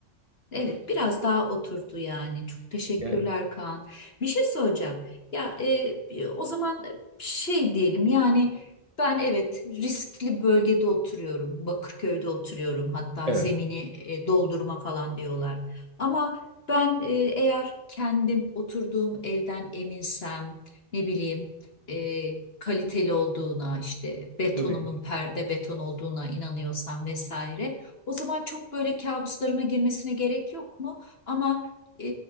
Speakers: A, on the left; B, on the right.
A: Evet, biraz daha oturdu yani. Çok teşekkürler
B: Yani
A: Kaan. Bir şey söyleyeceğim. Ya e, o zaman şey diyelim yani ben evet riskli bölgede oturuyorum. Bakırköy'de oturuyorum. Hatta
B: evet
A: zemini e, doldurma falan diyorlar. Ama ben e, eğer kendim oturduğum evden eminsem ne bileyim e, kaliteli olduğuna işte betonumun
B: tabii ki de.
A: perde beton olduğuna inanıyorsam vesaire O zaman çok böyle kabuslarıma girmesine gerek yok mu? Ama e,